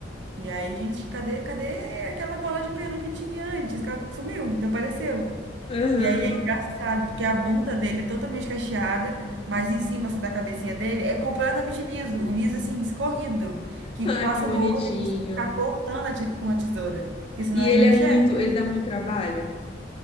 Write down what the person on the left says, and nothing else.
Aham.
Ah,
que bonitinho.
E
ele
é
muito, ele dá muito trabalho?